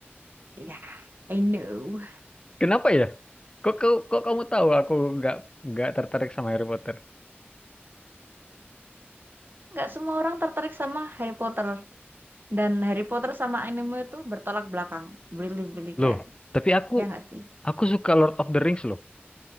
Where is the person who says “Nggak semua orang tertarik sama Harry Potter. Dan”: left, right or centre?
Right